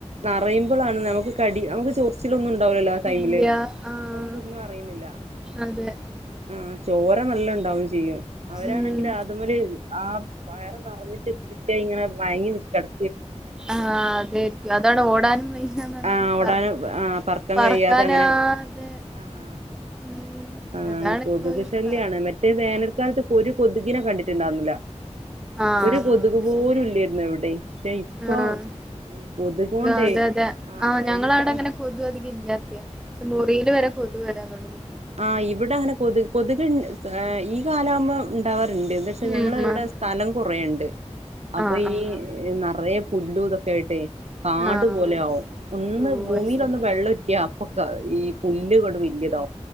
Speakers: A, on the right; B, in the centre.
A: നറയും. പ്പളാണ് നമുക്ക് കടി നമുക്ക് ചൊറിച്ചോലൊന്നും ണ്ടാവുല്ലല്ലോ ആ ടൈമില്
B: ഇല്ല ആഹ്
A: അപ്പൊ നമ്മുക്കൊന്നും അറിയുന്നില്ല.
B: അതെ
A: ആ ചോര നല്ല ഉണ്ടാവും ചെയ്യും അവരാണെങ്കില്
B: ഉം
A: അത് മ്മല് ആ വയറ് നിറഞ്ഞിട്ട് ട്ടെ ങ്ങനെ മയങ്ങി നിക്കാണ്.
B: ആ അതെരിക്കും അതാണ് ഓടാനും വയ്യന്നർഞ്ഞ്
A: ആഹ് ഓടാന്
B: പ
A: ആഹ് പറക്കാൻ
B: പറക്കാനാതെ
A: കഴിയാതെ അങ്ങനെ ആഹ്
B: ഉം
A: അതാണ്
B: അതാണിപ്പോ
A: കൊതുക്
B: ഈ
A: ശല്യാണ്
B: കാ
A: മറ്റേ വേനൽക്കാലത്ത് ഒരു കൊതുക് ഇങ്ങനെ കണ്ടിട്ടുണ്ടാർന്നില്ല
B: ആഹ്
A: ഒരു കൊതുക് പോലും
B: ശരി
A: ഇല്ല്യേരുന്നു എവിടെം പക്ഷെ ഇപ്പൊ
B: ആഹ്
A: കൊതുക് കൊണ്ടേ
B: അതെ അതെ
A: ആ
B: ആഹ്
A: വൈകിട്ടോ
B: ഞങ്ങളവിടെ അങ്ങനെ കൊതു അധികം ഇല്ലാത്തയാ പക്ഷെ മുറിയിൽ വരെ കൊതു വരാൻ തൊടങ്ങി
A: ആ ഇവിടെങ്ങനെ കൊതുക് കൊതുക്ണ്ട് ഈ കാലാവുമ്പം ഉണ്ടാവ <unintelligible> ഇണ്ട് പക്ഷെ
B: ഉം
A: ഞങ്ങള ഇവിടെ
B: അതെ
A: സ്ഥലം കൊറേണ്ട് അപ്പൊ
B: ആഹ്
A: ഈ
B: ആഹ്
A: നറയെ പുല്ലുതൊക്കെ ആയിട്ടെ
B: ആഹ്
A: കാടു
B: ആഹ്
A: പോലെ ആവും ഒന്ന്
B: ഓഹ്
A: ഭൂമിലൊന്ന്
B: അത് ശരി
A: വെള്ളറ്റിയ അപ്പൊ ക ഈ പുല്ലുകട് വല്ല്യതാ